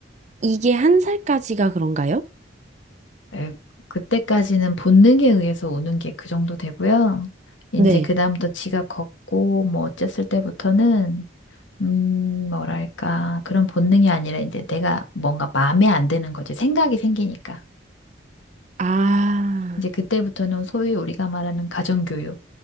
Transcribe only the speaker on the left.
에, 그때까지는 본능에 의해서 우는 게 그 정도 되고요. 이제
그다음부터 지가 걷고 뭐 어쨌을 때부터는 음, 뭐랄까 그런 본능이 아니라 이제 내가 뭔가 마음에 안 드는 거지 생각이 생기니까.
이제 그때부터는 소위 우리가 말하는 가정교육.